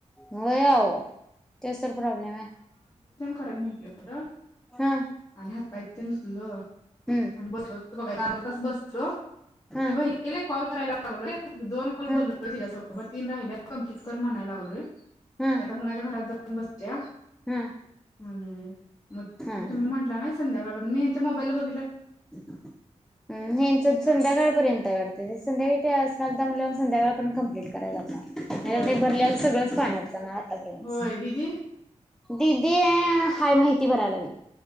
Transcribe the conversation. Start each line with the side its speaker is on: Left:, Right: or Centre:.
Centre: होव तेसर प्रॉब्लेम आहे
Left: कय पटो
Centre: हा
Left: आणि हात पा तिंद तलो
Centre: हम्म
Left: आणि बसलो बघा अर्धा तास बसलो
Centre: हा
Left: ती बहिणीला कॉल करायला लागलो दोन कॉल
Centre: हा
Left: बोललो तिसोब अ तीन राहिल्या तितकर म्हणायला लागलोय
Centre: हा
Left: आता कणाच्या घरात जाऊ बस त्या
Centre: हा.
Left: आणि मग
Centre: हा हा.
Left: तुम्ही म्हटला नाही संध्याकाळ मी यांच्या मोबाईल बघ
Centre: हम्म हेसच संध्याकाळपर्यंत आहे वाडत. संध्याकाळी <unintelligible> संध्याकाळ पर्यंत कंप्लीट करायला लागणार. आता
Left: होय
Centre: ते भरलेलं सगळंच पाण्यात जाणार आतापर्यंतच
Left: होय दिदी
Centre: दिदी हाय माहिती भरायालागलीया